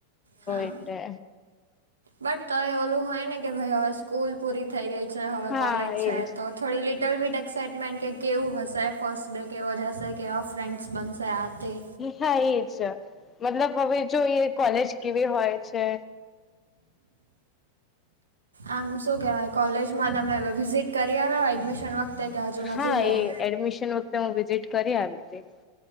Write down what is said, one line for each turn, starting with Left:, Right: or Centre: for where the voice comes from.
Right: હા
Left: એટલે.
Right: બટ તો એ ઓલું હોય ને કે ભાઈ હવે સ્કૂલ પૂરી થઈ ગઈ છે હવે
Left: હા
Right: કોલેજ
Left: એજ
Right: છે તો થોડી લિટલ વિથ એક્સાાઈટમેન્ટ કે કેવું હશે ફર્સ્ટ ડે કેવો જ હશે કે ઓફ ફ્રેન્ડ્સ બનશે આ તે.
Left: હા એજ મતલબ હવે જો એ કોલેજ કેવી હોય છે.
Right: આમ શું કેહેવાય કોલેજમાં તમે વિઝિટ કરી આવ્યા એડમિશન વખતે. કે હજુ
Left: હા
Right: નથી ગયા
Left: એ એડમિશન વખતે હું વિઝિટ કરી આવી રીતે